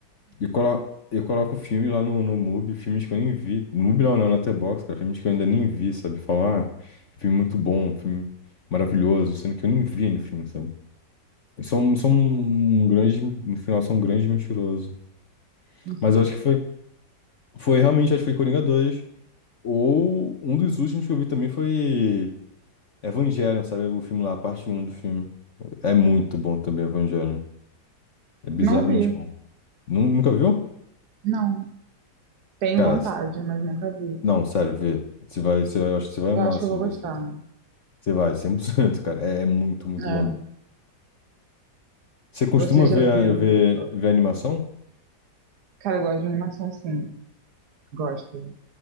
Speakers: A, on the left (about 45°); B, on the right (about 65°).
A: E colo... eu coloco filme lá no, no MUBI, filmes que eu nem vi. MUBI não, né? No Letterboxd, cara, filmes que eu ainda nem vi, sabe? Falar, ah, filme muito bom, filme maravilhoso, sendo que eu nem vi ainda o filme, sabe? São, são um grande, no final, são um grande mentiroso.
B: Não sei.
A: Mas eu acho que foi, foi realmente, acho que foi Coringa 2. Ou um dos últimos que eu vi também foi Evangelion, sabe? O filme lá, a parte um do filme. É muito bom também, Evangelion. É bizarramente
B: Não vi.
A: bom. Nu- Nunca viu?
B: Não. Tenho
A: Cara,
B: vontade,
A: s-
B: mas nunca vi.
A: não, sério, vê. Você vai, você vai, eu acho que você vai amar,
B: Eu acho
A: assim,
B: que eu vou gostar.
A: ver isso. Você vai, 100% cara. É, é muito, muito
B: É.
A: bom. Você costuma
B: Você já
A: ver,
B: viu.
A: a- ver, ver animação?
B: Cara, eu gosto de animação, sim. Gosto.